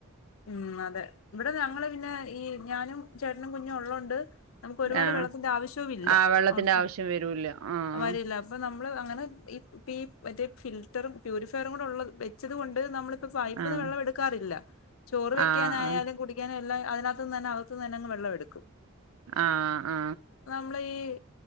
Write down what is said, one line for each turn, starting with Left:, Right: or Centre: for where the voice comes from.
Left: ഉം അതെ ഇവിടെ ഞങ്ങള് പിന്നെ ഈ ഞാനും ചേട്ടനും കുഞ്ഞും ഉള്ളോ ണ്ട് നമുക്ക് ഒരുപാട്
Right: ആഹ്
Left: വെള്ളത്തിന്റെ ആവശ്യവും ഇല്ല
Right: ആഹ് വെള്ളത്തിന്റെ
Left: അ
Right: ആവശ്യം വരൂല്ല ആഹ് ആ
Left: വരില്ല പ്പൊ നമ്മള് അങ്ങനെ ഇപ്പി മറ്റേ ഫിൽട്ടറ് പ്യൂരിഫയറുടെ ഉള്ള വെച്ചത് കൊണ്ട് നമ്മൾ പൈപ്പ്ന്ന്
Right: ആഹ്
Left: വെള്ളം എടുക്കാറില്ല ചോറ് വെക്കാനായാലും
Right: ആഹ് ആഹ്
Left: കുടിക അതിനത്തുനന്ന അകത്ത് നിന്ന്തന്നെ വെള്ളം എടുക്കും
Right: ആ ആ
Left: മ്മള് ഈ